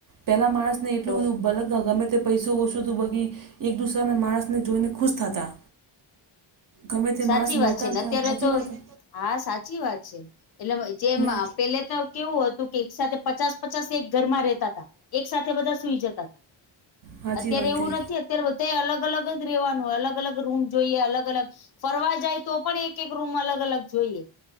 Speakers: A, on the right (about 40°); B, on the left (about 50°).
A: પેલા માણસને એટલું
B: તો
A: બધું બલક અથવા ગમે તે પૈસો ઓછું તો બગી એક દુસરાને માણસને જોઈને ખુશ થાતા. ગમે તે
B: સાચી
A: માણસ મળતા
B: વાત છે
A: ને ત
B: અત્યારે
A: હાચી
B: તો
A: વાતે
B: હા સાચી વાત છે. એટલે જેમ
A: ને
B: પેલે તો કેવું હતું કે એક સાથે પચાસ પચાસ એક ઘરમાં રેતા તા. એક સાથે બધા સુઈ જતા. તા
A: હાચી
B: અત્યારે
A: વાત
B: એવું
A: હે
B: નથી અત્ અત્યારે બધાએ અલગ-અલગ જ રેવાનું હોય અલગ - અલગ રૂમ જોઈએ, અલગ-અલગ ફરવા જાય તો પણ એક-એક રૂમ અલગ - અલગ જોઈએ.